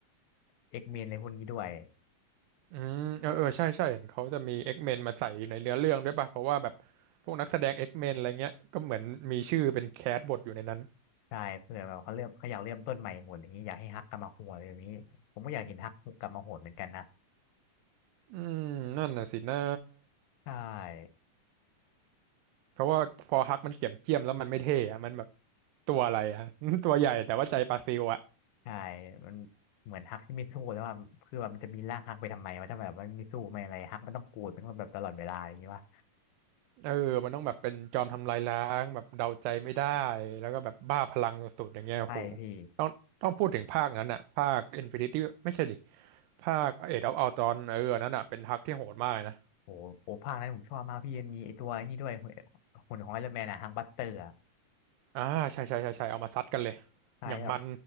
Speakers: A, on the left (about 80°); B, on the right (about 90°).
A: เอ็กเมนอะไรพวกนี้ด้วย
B: อืมเออเออใช่ใช่เห็นเขาจะมี X-Men มาใส่อยู่ในเนื้อเรื่องด้วยป่ะเพราะว่าแบบพวกนักแสดง X-Men อะไรเงี้ยก็เหมือนมีชื่อเป็นแคสบทอยู่ในนั้น
A: ใช่เผื่อแบบเขาเริ่มเขาอยากเริ่มต้นใหม่หมดอย่างนี้อยากให้ฮักกลับมาโหดอะไรอย่างนี้ผมก็อยากเห็นฮักกลับมาโหดเหมือนกันนะ
B: อืมนั่นน่ะสินะ
A: ใช่
B: เพราะว่าพอฮักมันเจียมเจียมแล้วมันไม่เท่อะมันแบบตัวอะไรอะ <laughs> ตัวใหญ่แต่ว่าใจปลาซิวอะ
A: ใช่มันเหมือนฮักที่ไม่สู้แล้วว่าคือแบบมันจะมีร่างฮักไปทำไมวะถ้าแบบม่นไม่สู้ไม่อะไรฮักมันต้องกูดมันต้องแบบตลอดเวลาอย่างงี้วะ
B: เออมันต้องแบบเป็นจอมทำลายล้างแบบเดาใจไม่ได้แล้วก็แบบบ้าพลังสุดๆอย่างเงี้ยโอ้โห
A: ใช่พี่
B: ต้องต้องพูดถึงภาคนั้นอะภาค Infinity ไม่ใช่ดิภาค Age of Ultron เอออันนั่นอะเป็นฮักที่โหดมากเลยนะ
A: โอ้โอ้ภาคนั้นผมชอบมากพี่ยังมีไอตัวไอ้นี่ด้วยหุ่นหุ่นของไอรอนแมนอะฮังบัสเตอร์อะ
B: อ่าใช่ใช่ใช่ใช่เอามาซัดกันเลย
A: ใช่แบบ
B: อย่างมัน